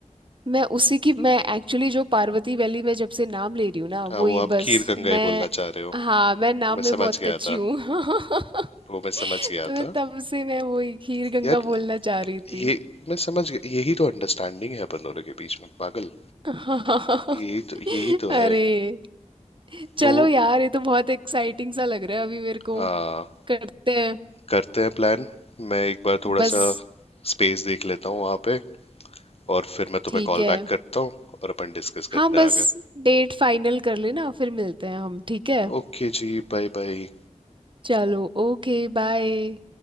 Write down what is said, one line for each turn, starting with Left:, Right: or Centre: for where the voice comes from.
Right: मैं उसी की मैं एक्चुअली जो पार्वती वैली में जब से नाम ले रही हूँ ना
Left: हाँ
Right: वही
Left: वो आप
Right: बस
Left: खीर गंगा
Right: मैं
Left: ही बोलना चाह रहे हो
Right: हाँ मैं
Left: वो
Right: नाम
Left: मैं
Right: में
Left: समझ
Right: बहुत
Left: गया
Right: कच्ची
Left: था
Right: हूँ <laughs>
Left: वो मैं समझ गया
Right: तो मैं
Left: था
Right: तब से मैं वही खीर गंगा
Left: यार
Right: बोलना चाह रही थी
Left: ये मैं समझ गया यही तो अंडरस्टैंडिंग है अपन दोनों के बीच में पागल
Right: <laughs>
Left: यही तो यही तो
Right: अरे
Left: है
Right: चलो
Left: तो
Right: यार ये तो बहुत एक्साइटिंग सा लग रहा है अभी मेरे को
Left: हाँ
Right: करते हैं
Left: करते हैं प्लान मैं एक बार थोड़ा
Right: बस
Left: सा स्पेस देख लेता हूँ वहाँ पे और फिर मैं तुम्हें
Right: ठीक
Left: कॉल
Right: है
Left: बैक करता हूँ और अपन डिस्कस
Right: हाँ
Left: करते
Right: बस
Left: हैं आगे
Right: डेट फाइनल कर लेना फिर मिलते हैं हम ठीक है
Left: Okay ji bye bye
Right: चलो ओके बाय